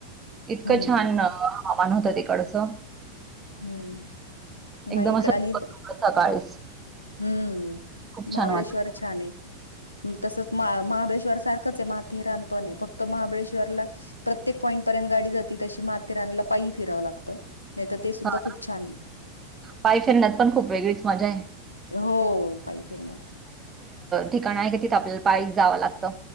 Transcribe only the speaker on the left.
हम्म
हम्म
हम्म नाही
इकड
आणि.
हम्म
महाबळेश्वर
छान ये तसंच महाबळेश्वर सारखंच आहे माथेरानपण फक्त महाबळेश्वरला प्रत्येक पॉईंट पर्यंत गाडी जाती तशी माथेरानला पायी फिरावं लागतं. नाही तर ते सुद्धा
खूप छान आहे.
हो पाई फिरण्यात.